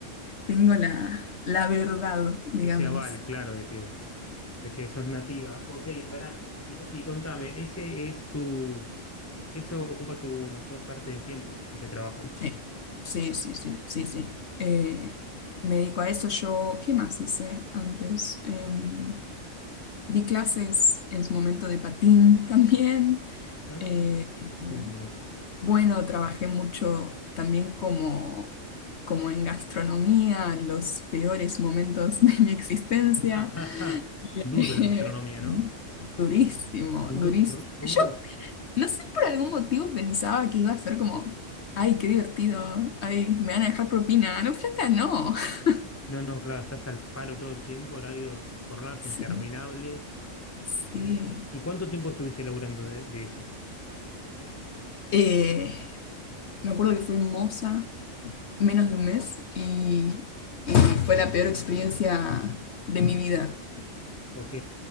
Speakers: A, on the left; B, on the left.
A: tengo la, la verdad, digamos.
B: Ese aval, claro, de que, de que sos nativa. Ok, pará. Y, co- y contame, ese es tu, eso ocupa tu mayor parte del tiempo, ese trabajo.
A: Sí, sí, sí, sí, sí, sí. Eh, me dedico a eso. Yo, ¿qué más hice antes? Em, di clases en su momento de patín <laughs> también.
B: Ah,
A: Eh, eh,
B: qué lindo. <laughs>
A: bueno, trabajé mucho también como, como en gastronomía, los peores momentos <laughs> de mi existencia.
B: Ajaja,
A: Eh,
B: Duro la gastronomía, ¿no?
A: <laughs> durísimo,
B: Duro,
A: durísimo.
B: ru- rubro.
A: Yo no sé, por algún motivo pensaba que iba a ser como, ay, qué divertido, ay, me van a dejar propina. No, flaca, no. <laughs>
B: No, no, claro, estás al palo todo el tiempo, horarios, jornadas
A: Sí,
B: interminables.
A: sí.
B: Eh, ¿y cuánto tiempo estuviste laburando de, de eso?
A: Eh, me acuerdo que fui moza menos de un mes y, y fue la peor experiencia de mi vida.
B: Ok.